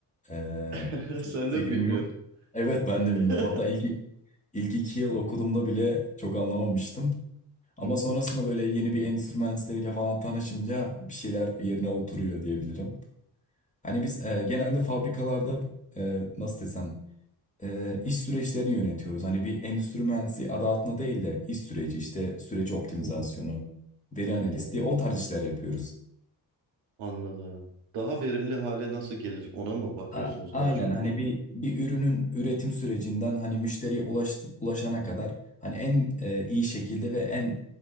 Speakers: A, on the left; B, on the right.
A: eee,
B: <laughs>
A: çok
B: Senden
A: bir fikrim
B: bilmiyordum.
A: yok. Evet ben de bilmiyordum.
B: <laughs>
A: Hatta ilk ilk iki yıl okuduğumda bile çok anlamamıştım. Ama
B: Hı hı,
A: sonrasında böyle yeni bir enstrümanslarıyla falan tanışınca bir şeyler yerine oturuyor diyebilirim. Hani biz eee, genelde fabrikalarda eee, nasıl desem e, iş süreçlerini yönetiyoruz. Hani bir endüstri mühendisi adı altında değil de iş süreci işte süreç optimizasyonu,
B: hı hı,
A: veri analisti
B: hı hı.
A: o tarz işler yapıyoruz.
B: Anladım. Daha verimli hale nasıl gelir? Ona mı bakıyorsunuz
A: A- aynen
B: daha çok
A: hani
B: bir?
A: bir bir ürünün üretim sürecinden hani müşteriye ulaş, ulaşana kadar hani en e, iyi şekilde ve en